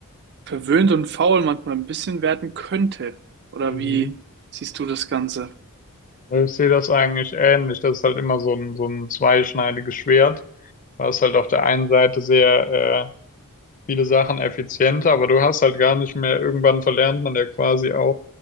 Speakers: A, on the right; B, on the left.
A: verwöhnt und faul manchmal ein bisschen werden könnte. Oder
B: Mhm.
A: wie siehst du das Ganze?
B: Ich sehe das eigentlich ähnlich. Das ist halt immer so ein, so ein zweischneidiges Schwert. Da ist halt auf der einen Seite sehr äh, viele Sachen effizienter, aber du hast halt gar nicht mehr, irgendwann verlernt man ja quasi auch,